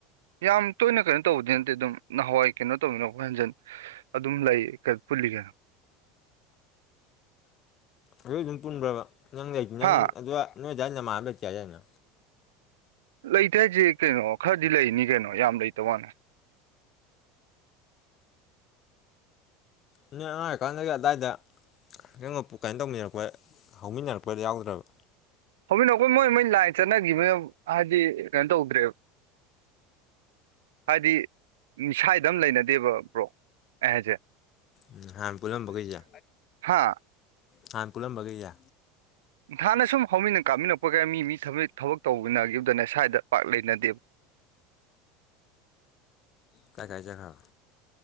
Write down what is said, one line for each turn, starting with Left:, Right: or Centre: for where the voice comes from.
Right: ꯌꯥꯝ ꯇꯣꯏꯅ ꯀꯩꯅꯣ ꯇꯧꯕꯗꯤ ꯅꯠꯇꯦ ꯑꯗꯨꯝ ꯅꯍꯥꯟꯋꯥꯏ ꯀꯩꯅꯣ ꯇꯧꯅꯤꯡꯉꯛꯄ ꯍꯣꯏ ꯍꯟꯖꯤꯟ ꯑꯗꯨꯝ ꯂꯩ ꯀ-ꯄꯨꯜꯂꯤ ꯀꯩꯅꯣ
Left: ꯑꯗꯨꯏ ꯑꯗꯨꯝ ꯄꯨꯟꯕ꯭ꯔꯥꯕ ꯅꯪ ꯂꯩ ꯅꯪ
Right: ꯍꯥ
Left: ꯑꯗꯨ ꯅꯣꯏ ꯑꯗꯨꯗꯥꯋꯥꯏ ꯅꯃꯥꯟꯥꯟꯕ ꯂꯩꯇꯦ ꯍꯥꯗꯥꯏꯅꯦ
Right: ꯂꯩꯇꯦ ꯍꯥꯏꯖꯦ ꯀꯩꯅꯣ ꯈꯔꯗꯤ ꯂꯩꯅꯤ ꯀꯩꯅꯣ ꯌꯥꯝ ꯂꯩꯇꯕꯋꯥꯅꯦ
Left: ꯅꫭꯏ ꯑꯉꯥꯡ ꯑꯣꯏꯔꯀꯥꯟꯗꯒ ꯑꯗꯥꯏꯗ ꯍꯉꯣꯄꯨ ꯀꯩꯅꯣ ꯇꯧꯃꯤꯟꯅꯔꯛꯄ ꯍꯧꯃꯤꯟꯅꯔꯛꯄꯗ ꯌꯥꯎꯗ꯭ꯔꯕ
Right: ꯍꯧꯃꯤꯟꯅꯔꯛꯄ ꯃꯣꯏ ꯃꯣꯏ ꯂꯥꯏꯟ ꯆꯠꯅꯒꯤꯕ ꯍꯥꯏꯗꯤ ꯀꯩꯅꯣ ꯇꯧꯗ꯭ꯔꯦꯕ ꯍꯥꯏꯗꯤ ꯁꯥꯏꯗ ꯑꯃ ꯂꯩꯅꯗꯦꯕ ꯕ꯭ꯔꯣ ꯑꯩ ꯍꯥꯏꯖꯦ
Left: ꯎꯝ ꯍꯥꯟꯅ ꯄꯨꯜꯂꯝꯕꯒꯩꯖꯦ
Right: ꯍꯥ
Left: ꯍꯥꯟꯅ ꯄꯨꯂꯝꯕꯒꯩꯖꯦ
Right: ꯍꯥꯟꯅ ꯁꯨꯝ ꯍꯧꯃꯤꯟꯅ ꯀꯥꯃꯤꯟꯅꯛꯄꯒꯩ ꯃꯤ ꯃꯤ ꯊꯕꯛ ꯇꯧꯅꯒꯤꯕꯗꯅꯦ ꯁ꯭ꯋꯥꯏꯗ ꯄꯥꯛ ꯂꯩꯅꯗꯦꯕ
Left: ꯀꯥꯏ ꯀꯥꯢ ꯆꯠꯈ꯭ꯔꯕ